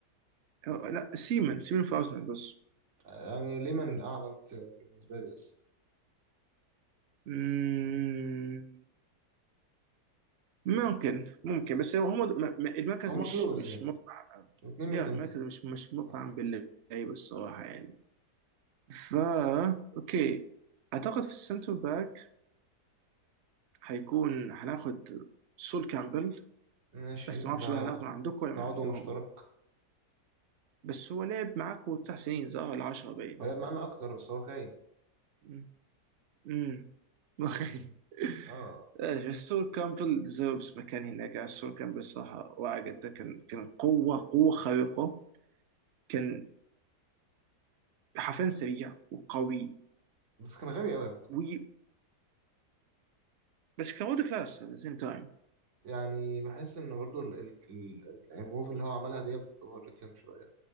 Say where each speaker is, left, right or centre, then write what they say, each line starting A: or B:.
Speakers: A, on the right; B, on the right.
A: آه، لا سيمن سيمن في ارسنال بس
B: يعني ليمان اعلى من سيبك بالنسبه لي بس
A: مم. ممكن ممكن بس هو هم م- م- المركز
B: هما
A: مش
B: كلوز
A: مش
B: يعني
A: مفعم أوي.
B: الاتنين
A: يا
B: مش جامدين
A: المركز مش مش مفعم
B: آه.
A: باللعيبه الصراحه يعني فا اوكي اعتقد في السنتر باك هيكون هناخد سول كامبل
B: ماشي
A: بس ما اعرفش
B: ده
A: بقى هناخده من عندكم ولا
B: ده
A: من عندهم
B: عضو مشترك
A: بس هو لعب معاكم تسع سنين صح ولا 10 باين
B: ولعب معانا اكتر بس هو خاين
A: امم أمم. <laughs> اوكي
B: اه
A: آه، سول كامبل ديزيرفز مكان هناك آه، سول كامبل صراحه واعي جدا كان كان قوه قوه خارقه كان حرفيا سريع وقوي
B: بس كان غبي قوي عامه
A: و... بس كان وورد كلاس ات ذا سيم تايم
B: يعني بحس ان برضو ال- ال- ال- الموف اللي هو عملها دي بتوفر ريتم شويه